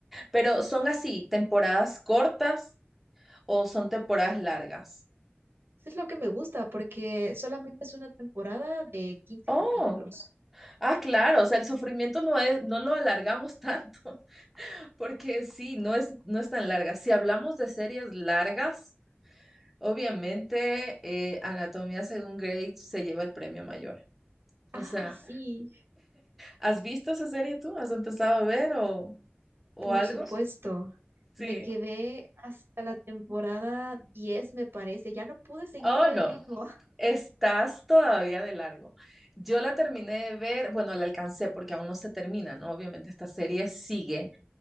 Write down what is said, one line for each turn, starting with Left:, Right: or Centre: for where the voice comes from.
Centre: Pero ¿son así temporadas cortas o son temporadas largas?
Right: Eso es lo que me gusta porque solamente es una temporada de quince
Centre: Oh,
Right: capítulos.
Centre: ah, claro, o sea, el sufrimiento no es, no lo alargamos tanto, <laughs> porque sí, no es, no es tan larga. Si hablamos de series largas, obviamente eh, Anatomía según Grey se lleva el premio mayor. O
Right: Ay,
Centre: sea,
Right: sí.
Centre: ¿has visto esa serie tú? ¿Has empezado a ver o, o
Right: Por
Centre: algo?
Right: supuesto,
Centre: Sí.
Right: me quedé hasta la temporada 10, me parece. Ya no pude seguirle
Centre: Oh, no.
Right: el ritmo. <laughs>
Centre: Estás todavía de largo. Yo la terminé de ver, bueno, la alcancé porque aún no se termina, ¿no? Obviamente esta serie sigue,